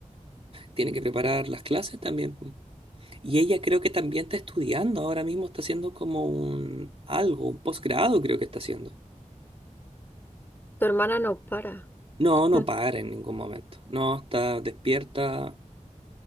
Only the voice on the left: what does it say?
tu hermana no para.
<laughs>